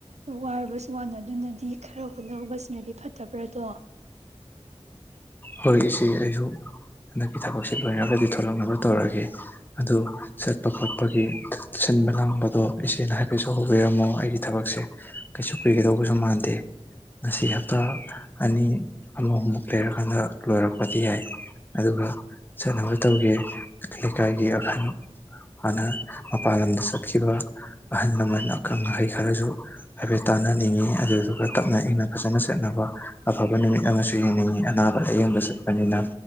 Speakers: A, on the right; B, on the left.
A: ꯋꯥꯔꯕꯁꯨ ꯋꯥꯅ ꯑꯗꯨꯅꯗꯤ ꯈꯔ ꯍꯣꯠꯅꯧꯕꯁꯤꯅꯗꯤ ꯐꯠꯇꯕ꯭ꯔꯥꯗꯣ
B: ꯍꯣꯏ ꯏꯆꯦ ꯑꯩꯁꯨ ꯍꯟꯗꯛꯀꯤ ꯊꯕꯛꯁꯦ ꯂꯣꯏꯅꯔꯒꯗꯤ ꯊꯣꯛꯂꯛꯅꯕ ꯇꯧꯔꯒꯦ ꯑꯗꯨ ꯆꯠꯄ ꯈꯣꯠꯄꯒꯤ ꯁꯤꯟꯕ ꯂꯥꯡꯕꯗꯣ ꯏꯆꯦꯅ ꯍꯥꯏꯠ ꯀꯩꯁꯨ ꯍꯧꯕꯤꯔꯝꯃꯣ ꯑꯩꯒꯤ ꯊꯕꯛꯁꯦ ꯀꯩꯁꯨ ꯀꯨꯏꯒꯗꯧꯕꯁꯨ ꯃꯥꯟꯗꯦ ꯉꯁꯤ ꯍꯞꯇꯥ ꯑꯅꯤ ꯑꯃꯃꯨꯛ ꯂꯩꯔꯀꯥꯟꯗ ꯂꯣꯏꯔꯛꯄꯗꯤ ꯌꯥꯏ ꯑꯗꯨꯒ ꯆꯠꯅꯕ ꯇꯧꯒ ꯂꯩꯀꯥꯏꯒꯤ ꯑꯈꯜ ꯍꯥꯟꯅ ꯃꯄꯥꯟ ꯂꯝꯗ ꯆꯠꯈꯤꯕ ꯑꯍꯜ ꯂꯃꯟ ꯑꯈꯪ ꯑꯍꯩ ꯈꯔꯁꯨ ꯍꯥꯏꯐꯦꯠ ꯇꯥꯟꯅꯅꯤꯡꯉꯤ ꯑꯗꯨꯗꯨꯒ ꯇꯞꯅ ꯏꯪꯅ ꯐꯖꯅ ꯆꯠꯅꯕ ꯑꯐꯕ ꯅꯨꯃꯤꯠ ꯑꯃꯁꯨ ꯌꯦꯡꯅꯤꯡꯉꯤ ꯑꯅꯥꯕ ꯑꯌꯦꯡꯕ ꯆꯠꯄꯅꯤꯅ